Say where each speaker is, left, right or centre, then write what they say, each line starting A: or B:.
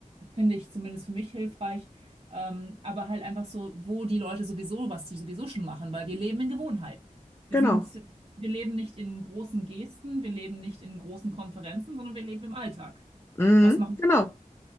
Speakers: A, on the right; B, on the left.
A: finde ich zumindest für mich hilfreich. Ähm, aber halt einfach so, wo die Leute sowieso, was die sowieso schon machen, weil wir leben in Gewohnheiten. Wir
B: Genau.
A: sind, wir leben nicht in großen Gesten, wir leben nicht in großen Konferenzen, sondern wir leben im Alltag.
B: Mhm.
A: Was machen
B: Genau.